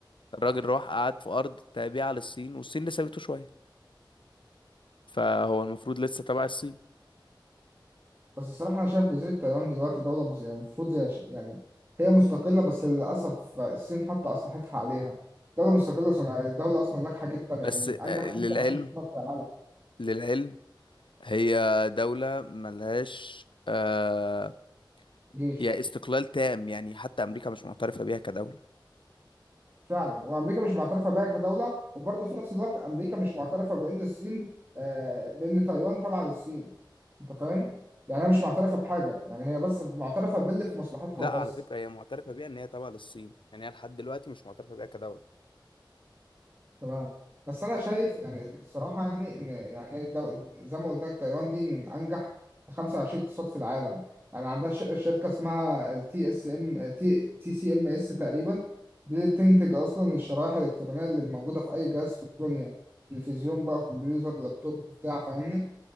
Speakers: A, on the left; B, on the right.
A: الراجل راح قعد في ارض تابعة للصين والصين اللي سابته شوية فهو المفروض لسه تبع الصين
B: بس الصراحة أنا شايف جزيرة تايوان دلوقتي دولة مس- يعني المفروض هي ش- يعني هي مستقلة بس للأسف الصين حاطة أسلحتها عليها دولة مستقلة صناعية الدولة أصلا ناجحة جدا
A: بس
B: يعني من أنجح
A: آه، للعلم
B: 25 سنة في العالم
A: للعلم هي دولة ملهاش آه،
B: جيش
A: يعني استقلال تام يعني حتى امريكا مش معترفة بيها كدولة
B: فعلا وامريكا مش معترفه بها كدوله وبرضه في نفس الوقت امريكا مش معترفه بان الصين آه، بان تايوان تبع للصين انت فاهم يعني هي مش معترفه بحاجه يعني هي بس معترفه باللي في مصلحتها
A: لا
B: وبس
A: على فكرة هي معترفة بيها ان هي تابعة للصين يعني هي لحد دلوقتي مش معترفة بيها كدولة
B: تمام بس انا شايف يعني الصراحه يعني ان يعني هي دو- زي ما قلت لك تايوان دي من انجح 25 اقتصاد في العالم يعني عندها ش- شركه اسمها التي اس ام تي تي سي ام اس تقريبا دي اللي بتنتج اصلا الشرائح الالكترونيه اللي موجوده في اي جهاز في الدنيا تلفزيون بقى كمبيوتر لابتوب بتاع فاهمني